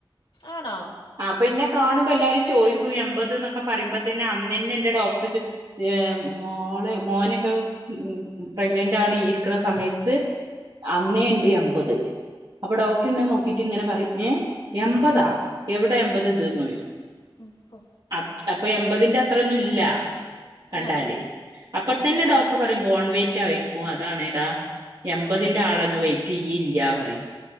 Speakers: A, on the left; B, on the right.
A: ആണോ
B: ആ പിന്നെ കാണുമ്പോ എല്ലാവരും ചോദിക്കും എൻപത് എന്നൊക്കെ പറയ്മ്പ
A: മതി
B: തന്നെ
A: മതി
B: അന്നന്നേ ഡോ <unintelligible> ഏഹ് മോളെ മോനൊക്കെ ഉം പ്രഗ്നന്റ് ആണ് ഇരിക്കണ സമയത്ത് അന്നേണ്ട് എമ്പത് അപ്പൊ ഡോക്ടർ ഇന്നെ
A: അത്
B: നോക്കിട്ട് ഇങ്ങനെ പറിം എ എൺമ്പതാ എവിടെ എൺപത് ഇത് ചോദി
A: ഉം, പോ
B: അ അപ്പൊ എമ്പതിന്റെ അത്രൊന്നും ഇല്ല കണ്ടാല്
A: ഏ
B: അപ്പൊത്തന്നെ
A: ഏ
B: ഡോക്ടർ പറയും ബോൺവേറ്റ് ആയിരിക്കും അതാണ് എടാ എമ്പതിന്റെ ആളന്നും വെയ്റ്റ്യ്യില്ല പറയും